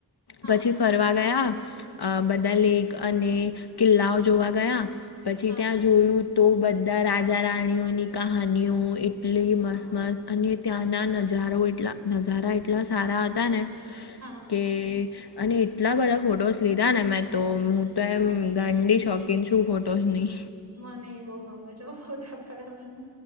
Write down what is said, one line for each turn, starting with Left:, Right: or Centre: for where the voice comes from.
Right: હા
Left: પછી ફરવા ગયા બધા
Right: હમ
Left: લેક અને કિલ્લાઓ જોવા ગયા પછી
Right: હા
Left: ત્યાં જોયું તો બધા રાજા રાણીઓની કહાનીઓ એટલી મસ્ત
Right: હા
Left: મસ્ત અને ત્યાંના નજારો એટલા નજારા એટલા સારા હતા ને
Right: હા
Left: કે અને એટલા બધા ફોટોસ લીધા ને મેં તો હું તો એમ ગાંડી શોકીન છું ફોટોસ ની
Right: મને એ બહુ ગમે છે હો ફોટા પાડવાનું